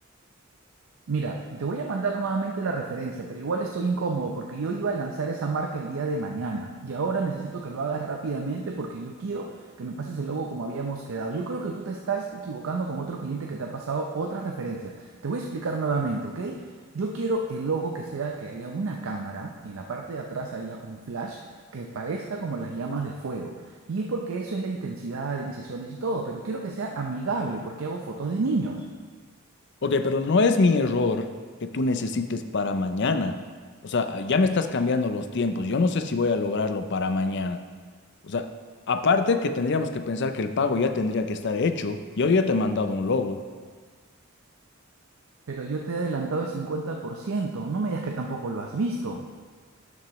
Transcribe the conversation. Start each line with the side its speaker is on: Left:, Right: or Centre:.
Right: Mira, te voy a mandar nuevamente la referencia, pero igual estoy incómodo porque yo iba a lanzar esa marca el día de mañana y ahora necesito que lo hagas rápidamente porque yo quiero que me pases el logo como habíamos quedado. Yo creo que tú te estás equivocando con otro cliente que te ha pasado otras referencias. Te voy a explicar nuevamente, ¿ok? Yo quiero el logo que sea que haya una cámara y en la parte de atrás haya un flash que parezca como las llamas de fuego. Y es porque eso es la intensidad de mis sesiones y todo, pero quiero que sea amigable porque hago fotos de niños.
Left: Ok, pero no es mi error que tú necesites para mañana. O sea, ya me estás cambiando los tiempos. Yo no sé si voy a lograrlo para mañana. O sea, aparte que tendríamos que pensar que el pago ya tendría que estar hecho. Yo ya te he mandado un logo.
Right: Pero yo te he adelantado el 50%. No me digas que tampoco lo has visto.